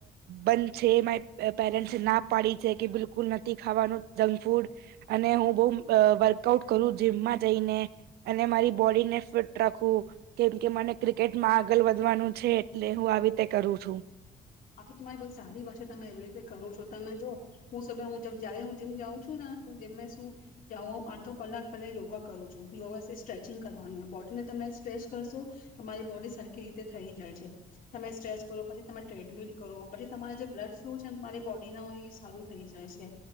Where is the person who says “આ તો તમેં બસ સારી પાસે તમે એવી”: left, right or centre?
Left